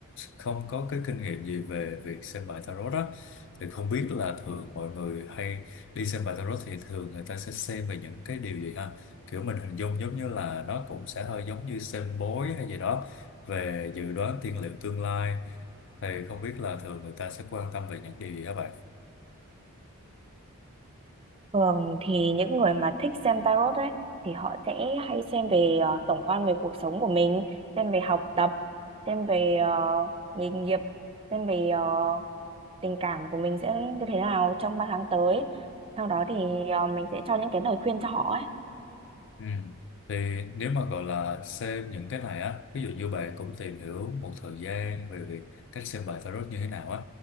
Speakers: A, on the left; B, on the right.
A: không có cái kinh nghiệm gì về việc xem bài tarot đó thì không biết là thường mọi người hay đi xem bài tarot thì thường người ta sẽ xem về những cái điều gì ha kiểu mình hình dung giống như là nó cũng sẽ hơi giống như xem bói hay gì đó về dự đoán tiên liệu tương lai thì không biết là thường người ta sẽ quan tâm về những điều gì các bạn
B: thường thì những người mà thích xem tarot ấy thì họ sẽ hay xem về ờ, tổng quan về cuộc sống của mình xem về học tập xem về ờ, nghề nghiệp xem về ờ, tình cảm của mình sẽ như thế nào trong 3 tháng tới sau đó thì ờ, mình sẽ cho những cái lời khuyên cho họ ấy
A: Ừ. Thì nếu mà gọi là xem những cái này á, ví dụ như bạn cũng tìm hiểu một thời gian về việc cách xem bài tarot như thế nào á,